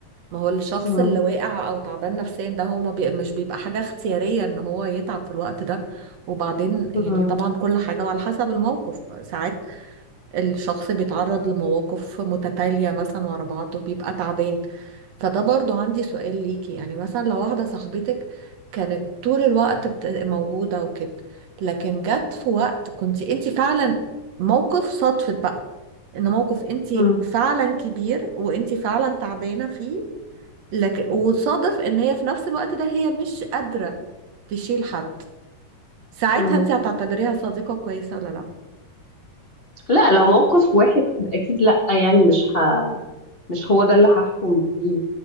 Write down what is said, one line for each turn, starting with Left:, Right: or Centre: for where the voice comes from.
Right: ما هو الشخص
Left: مم.
Right: اللي واقع أو تعبان نفسيا ده هو ما بي... مش بيبقى حاجة اختيارية إن هو يتعب في الوقت ده وبعدين
Left: مم.
Right: يعني طبعا كل حاجة وعلى حسب الموقف ساعات الشخص بيتعرض لمواقف متتالية مثلا ورا بعض وبيبقى تعبان فده برضو عندي سؤال ليكي يعني مثلا لو واحدة صاحبتك كانت طول الوقت بت- موجودة وكده لكن جت في وقت كنت انت فعلا موقف صدفة بقى ان موقف انت
Left: مم.
Right: فعلا كبير وانت فعلا تعبانة فيه لكن وصادف ان هي في نفس الوقت ده هي مش قادرة تشيل حد ساعتها
Left: مم.
Right: انت هتعتبريها صديقة كويسة ولا لا
Left: لا لو موقف واحد اكيد لا يعني مش ه... مش هو ده اللي هحكم بيه